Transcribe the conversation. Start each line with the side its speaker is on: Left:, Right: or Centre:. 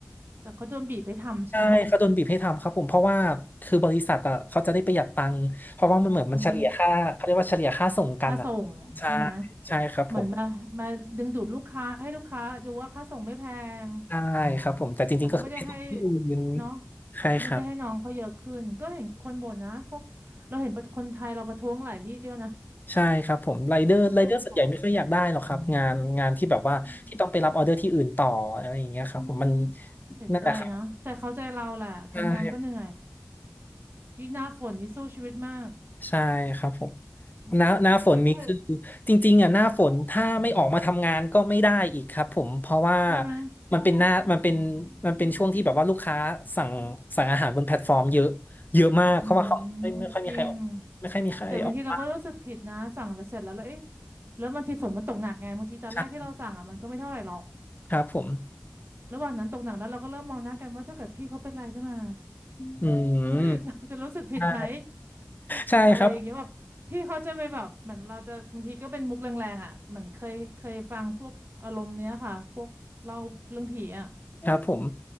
Right: แต่เขาโดนบีบไปทำใช่ไหม
Left: ใช่เขาโดนบีบให้ทำครับผมเพราะว่าคือบริษัทอะเขาจะได้ประหยัดตังค์เพราะว่ามันเหมือนมันเฉลี่ยค่าเขาเรียกว่าเฉลี่ยค่าส่งกันอะ
Right: อืมค่าส่งใช่ไหม
Left: ใช่ใช่ครับผม
Right: เหมือนมามาดึงดูดลูกค้าให้ลูกค้าดูว่าค่าส่งไม่แพง
Left: ใช่ครับผมแต่จริงๆก็คือไปส่งที่อื่น
Right: แต่ก็ไม่ได้ให้เนาะ
Left: ใช่ครับ
Right: ไม่ได้ให้น้องเขาเยอะขึ้นก็เห็นคนบ่นนะพวกเราเห็นคนไทยเราประท้วงหลายที่แล้วนะ
Left: ใช่ครับผมไรเดอร์ไรเดอร์ส่วนใหญ่ไม่ค่อยอยากได้หรอกครับงานงานที่แบบว่าที่ต้องไปรับออเดอร์ที่อื่นต่ออะไรอย่างเงี้ยครับผมมัน
Right: พวกส่งของอะ เห็นใจนะแต่เข้าใจเราแหละทำงานก็เหนื่อย
Left: นั่นแหละครับใช่
Right: ยิ่งหน้าฝนนี่สู้ชีวิตมาก
Left: ใช่ครับผมหน้าหน้าฝนนี้คือ
Right: พี่ไม่เคย
Left: จริงๆอ่ะหน้าฝนถ้าไม่ออกมาทำงานก็ไม่ได้อีกครับผมเพราะว่า
Right: ใช่ไหม
Left: มันเป็นหน้ามันเป็นมันเป็นช่วงที่แบบว่าลูกค้าสั่งสั่งอาหารบนแพลตฟอร์มเยอะเยอะมากเพราะว่าเขาไม่ไม่ค่อยมีใครออกไม่ค่อยมีใครออกบ้าง
Right: อืมจริงแต่บางทีเราก็รู้สึกผิดนะสั่งแล้วเสร็จแล้วแล้วเอ๊ะแล้วบางทีฝนมันตกหนักไงบางทีตอนแรกที่เราสั่งอ่ะมันก็ไม่เท่าไหร่หรอก
Left: ใช่ครับผม
Right: ระหว่างนั้นตกหนักแล้วเราก็เริ่มมองหน้ากันว่าถ้าเกิดพี่เขาเป็นไรขึ้นมา
Left: อืม
Right: <laughs> เราจะรู้สึกผิดไหม
Left: ใช่ใช่ครับ
Right: อะไรอย่างเงี้ยแบบพี่เขาจะไปแบบเหมือนเราจะบางทีก็เป็นมุกแรงๆอ่ะเหมือนเคยเคยฟังพวกอารมณ์เนี้ยค่ะพวกเล่าเรื่องผีอ่ะ
Left: ครับผม